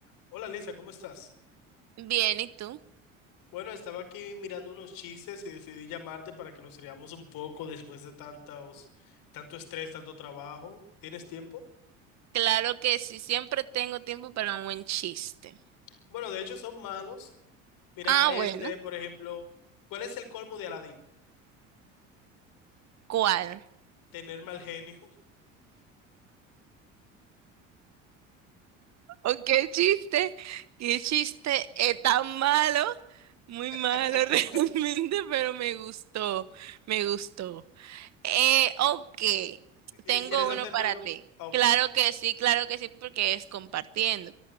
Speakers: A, on the left; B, on the right.
A: Hola Lisa, ¿cómo estás?
B: Bien, ¿y tú?
A: Bueno, estaba aquí mirando unos chistes y decidí llamarte para que nos riamos un poco después de tantos, tanto estrés, tanto trabajo. ¿Tienes tiempo?
B: Claro que sí, siempre tengo tiempo para un buen chiste.
A: Bueno, de hecho son malos. Mira,
B: Ah,
A: este,
B: bueno,
A: por ejemplo, ¿cuál es el colmo de Aladín?
B: ¿cuál?
A: Tener mal genio.
B: ¿O qué chiste? ¿Qué chiste es tan malo? Muy malo
A: <laughs>
B: <laughs> realmente, pero me gustó, me gustó. Eh, ok, tengo
A: Eh, ¿Quieres
B: uno
A: hacerme
B: para
A: uno?
B: ti.
A: Ah, Ok,
B: Claro
A: perfecto.
B: que sí, claro que sí, porque es compartiendo.